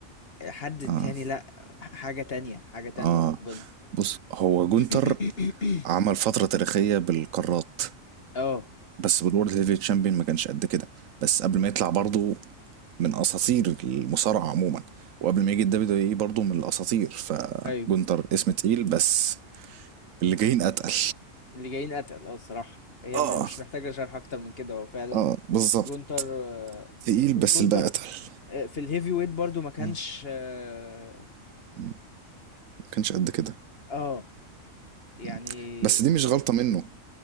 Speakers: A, on the left; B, on the right.
A: حد تاني
B: اه
A: لا حاجة تانية حاجة تانية
B: اه
A: وربنا
B: بص هو جونتر
A: <coughs>
B: عمل فترة تاريخية بالقارات
A: اه
B: بس بالورد هيفي تشامبيون ما كانش قد كده بس قبل ما يطلع برضه من اساطير المصارعه عموما وقبل ما يجي الدبليو دبليو اي برضه من الاساطير فجونتر
A: ايوه
B: اسم تقيل بس اللي جايين اتقل
A: اللي جايين قتل اه الصراحة هي
B: اه
A: م- مش محتاجة شرح اكتر من كده هو فعلا
B: اه بالظبط
A: جونتر آه،
B: تقيل بس
A: جونتر
B: الباقي اتقل
A: آه، في الهيفي ويت برضو ما كانش
B: اه
A: اه
B: مم. ما كانش قد كده
A: آه، يعني
B: مم. بس دي مش غلطه منه